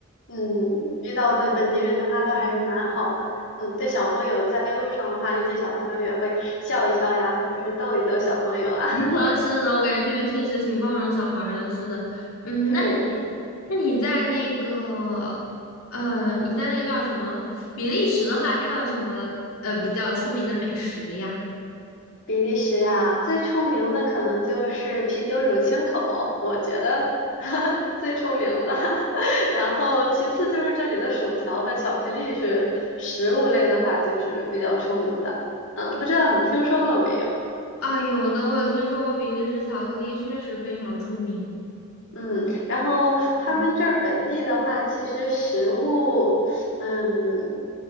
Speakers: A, on the left; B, on the left.
A: 嗯，遇到的本地人的话都还是蛮好的。嗯，对小朋友在路上的话，遇见小朋友也会笑一笑呀，或者是逗一逗小朋友啊。<laughs>
B: <laughs> 是的，我感觉这边确实挺包容小孩儿的。是的，嗯，
A: 对。
B: 那你那你在那个呃，你在那个叫什么比利时的话，它有什么呃比较出名的美食呀？
A: 比利时啊，最出名的可能就是啤酒乳清口，我觉得 <laughs>
B: <gasps> 啊
A: 最出名的。<laughs> 然后其次就是这里的薯条和巧克力是食物类的话，就是比较出名的。嗯，不知道你听说过没有？
B: 啊，有的，我有听说过比利时巧克力，确实非常出名。
A: 嗯，然后他们这儿本地的话，
B: 嗯
A: 其实食物，嗯